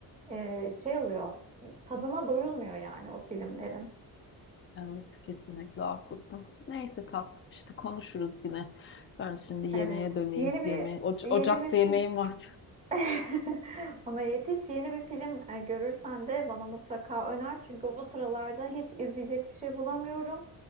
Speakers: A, on the right; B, on the left.
A: e, şey oluyor. Tadına doyulmuyor yani o filmlerin.
B: Evet, kesinlikle haklısın. Neyse tatlım işte konuşuruz yine. Ben şimdi yemeğe
A: Evet.
B: döneyim.
A: Yeni bir
B: Yemeğe, Oca-
A: yeni
B: ocakta
A: bir
B: yemeğim
A: film
B: var.
A: <laughs> ona yetiş. Yeni bir film e, görürsen de bana mutlaka öner. Çünkü bu sıralarda hiç izleyecek bir şey bulamıyorum.